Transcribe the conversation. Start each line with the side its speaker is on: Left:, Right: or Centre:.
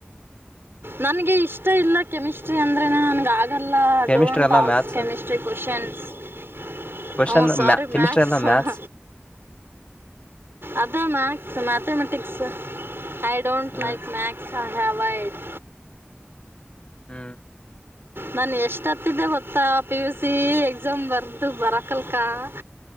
Right: ನನ್ಗೆ ಇಷ್ಟ ಇಲ್ಲ ಕೆಮಿಸ್ಟ್ರಿ ಅಂದ್ರೆನೆ ನನ್ ಆಗ್ <unintelligible>
Left: ಕೆಮಿಸ್ಟ್ರಿ
Right: ಡೋಂಟ್
Left: ಎಲ್ಲ
Right: ask
Left: maths
Right: chemistry questions. <unintelligible>
Left: Question
Right: sari
Left: chemistry
Right: maths
Left: ಎಲ್ಲ
Right: <unintelligible>
Left: ಮ್ಯಾಥ್ಸ್
Right: ಅದೇ maths mathematics I don't
Left: hmm
Right: like maths I avoid.
Left: ಹ್ಮ
Right: ನಾನ ಎಷ್ಟ ಹತ್ತಿದ್ದೆ ಗೊತ್ತಾ ಪಿ ಯು ಸಿ ಎಕ್ಸಾಮ್ ಬರ್ದು ಬರಕಲ್ಕ. <unintelligible>